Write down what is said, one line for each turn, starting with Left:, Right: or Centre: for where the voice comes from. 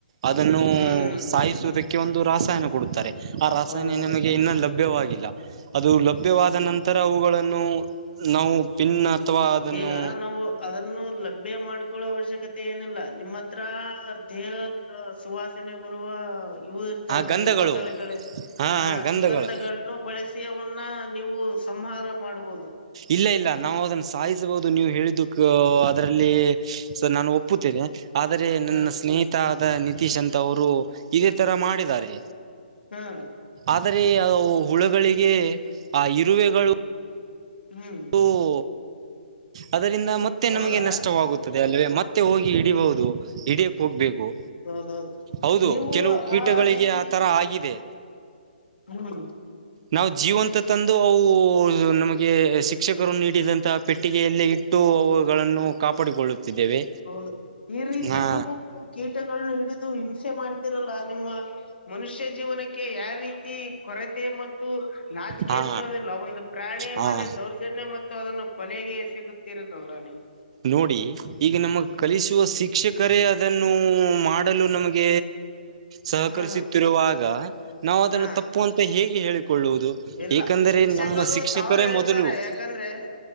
Right: ಅದನ್ನು
Left: ಹ್ಮ್ ಹ್ಮ್
Right: ಸಾಯಿಸುವುದಕ್ಕೆ ಒಂದು ರಾಸಾಯನ ಕೊಡುತ್ತಾರೆ. ಆ ರಾಸಾಯನ
Left: ಹೌದೌದು
Right: ನಮಗೆ ಇನ್ನೂ ಲಭ್ಯವಾಗಿಲ್ಲ ಅದು ಲಭ್ಯವಾದ
Left: ಹ್ಮ್
Right: ನಂತರ ಅವುಗಳನ್ನು. ನಾವು ಪಿನ್
Left: ಹ್ಮ್
Right: ಅಥವಾ ಅದನ್ನು.
Left: ಈಗ ನಾವು ಅದನ್ನು ಲಭ್ಯ ಮಾಡ್ಕೊಳ್ಳೋ ಅವಶ್ಯಕತೆ ಏನಿಲ್ಲ ನಿಮ್ಮ ಹತ್ರ ದೇಹ. ಸುವಾಸನೆ ಬರುವ. ಇವು ಇರ್ತಾವ
Right: ಆ
Left: ನೋಡಿ
Right: ಗಂಧಗಳು
Left: ಬಾಟಲ್ಗಳ
Right: ಹಾ
Left: ಆ
Right: ಹ ಗಂಧಗಳು
Left: ಸುಗಂಧಗಳ. ಇನ್ನು ಬಳಸಿಯವನ್ನ ನೀವು ಸಂಹಾರ ಮಾಡ್ಬಹುದ.
Right: ಇಲ್ಲ ಇಲ್ಲ ನಾವು ಅದನ್ನ ಸಾಯಿಸಬಹುದು ನೀವು ಹೇಳಿದ್ದಕ್ಕ ಅದರಲ್ಲಿ ನಾನು ಒಪ್ಪುತ್ತೇನೆ. ಆದರೆ ನನ್ನ
Left: ಹ
Right: ಸ್ನೇಹಿತ ಆದ ನಿತೀಶ್ ಅಂತ ಅವರು ಇದೇ ತರ ಮಾಡಿದ್ದಾರೆ.
Left: ಹ್ಮ್.
Right: ಆದರೆ ಅ ಹುಳಗಳಿಗೆ ಆ ಇರುವೆಗಳು.
Left: ಹ್ಮ್.
Right: ಓಹೋ ಅದರಿಂದ ಮತ್ತೆ
Left: ಹೌದಾ
Right: ನಮಗೆ ನಷ್ಟವಾಗುತ್ತ. ಅದೇ ಅಲ್ವೇ ಮತ್ತೆ ಹೋಗಿ ಹಿಡಿಬಹುದು ಹಿಡಿಯಕ್ ಹೋಗ್ಬೇಕ.
Left: ಹೌದೌದೌದು
Right: ಹೌದು
Left: ನೀವು
Right: ಕೆಲವು ಕೀಟಗಳಿಗೆ
Left: ಆ ರೀತಿ
Right: ಆ ತರ ಆಗಿದೆ.
Left: ಹ್ಮ್.
Right: ನಾವು ಜೀವಂತ ತಂದು ಅವು ನಮಗೆ ಸಿಕ್ಕ. ಶಿಕ್ಷಕರು ನೀಡಿದಂತಹ ಪೆಟ್ಟಿಗೆಯಲ್ಲಿ ಇಟ್ಟು ಅವುಗಳನ್ನು ಕಾಪಾಡಿಕೊಳ್ಳುತ್ತಿದ್ದೇವೆ.
Left: ಹೌದು ಈ ರೀತಿ
Right: ಹಾ
Left: ನೀವು ಕೀಟಗಳನ್ನ ಹಿಡಿದು ಹಿಂಸೆ ಮಾಡ್ತೀರಲ್ಲ ನಿಮ್ಮ. ಮನುಷ್ಯ ಜೀವನಕ್ಕೆ ಯಾವ ರೀತಿ ಕೊರತೆ ಮತ್ತು. ಮತ್ತು ನಾಚಿಕೆ
Right: ಹಾ
Left: ಅನ್ಸೋದಿಲ್ಲ ಒಂದು ಪ್ರಾಣಿ
Right: ಹಾ
Left: ಮಾಲೆ ದೌರ್ಜನ್ಯ ಮತ್ತು ಅದನ್ನು ಕೊಲೆಗೆ ಸಿಗುತ್ತ. ತಿರುಗೊಳ್ಳಣಿ.
Right: ನೋಡಿ ಈಗ ನಮಗ್ ಕಲಿಸುವ ಶಿಕ್ಷಕರೇ. ಈದನ್ನು ಮಾಡಲು ನಮಗೆ ಸಹಕರಿಸುತ್ತಿರುವಾಗ.
Left: ಹಾ
Right: ನಾವು ಅದನ್ನು
Left: ಹಾ
Right: ತಪ್ಪು ಅಂತ ಹೇಗೆ ಹೇಳಿಕೊಳ್ಳುವುದು
Left: ಇಲ್ಲ
Right: ಏಕಂದರೆ
Left: ಶಿಕ್ಷಕರು
Right: ನಮ್ಮ ಶಿಕ್ಷಕರೇ
Left: ಸಾವಿರ ಹೇಳ್ತಾರೆ
Right: ಮೊದಲು <inaudible>
Left: ಯಾಕಂದ್ರೆ. <inaudible>